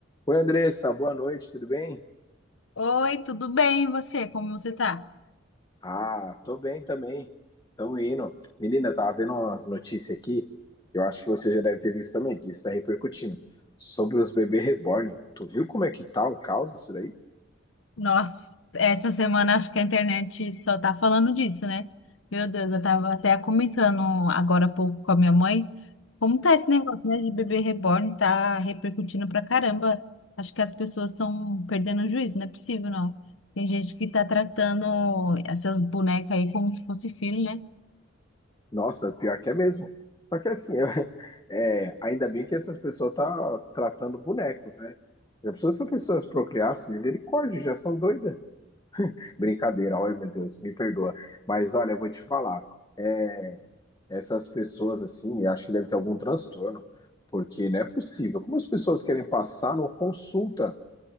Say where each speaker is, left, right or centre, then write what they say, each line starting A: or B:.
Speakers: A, on the left (about 20°); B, on the left (about 80°).
A: Oi, Andressa, boa noite, tudo bem?
B: Oi, tudo bem? E você? Como você tá?
A: Ah, tô bem também. Tamo indo. Menina, tava vendo umas notícias aqui. Eu acho que você já deve ter visto também, que isso tá repercutindo. Sobre os bebês reborn. Tu viu como é que tá o caos isso daí?
B: Nossa, essa semana acho que a internet só tá falando disso, né? Meu Deus, eu tava até comentando agora há pouco com a minha mãe como tá esse negócio, né, de bebê reborn, tá repercutindo pra caramba. Acho que as pessoas estão perdendo o juízo, não é possível, não. Tem gente que tá tratando essas bonecas aí como se fosse filho, né?
A: Nossa, pior que é mesmo. Só que assim, <laughs> é, ainda bem que essas pessoas tá tratando bonecos, né? Já pensou se as pessoas procriassem, misericórdia, já são doidas. Brincadeira, olha, meu Deus, me perdoa. Mas olha, eu vou te falar. é, essas pessoas assim, eu acho que deve ter algum transtorno, porque não é possível. Como as pessoas querem passar numa consulta,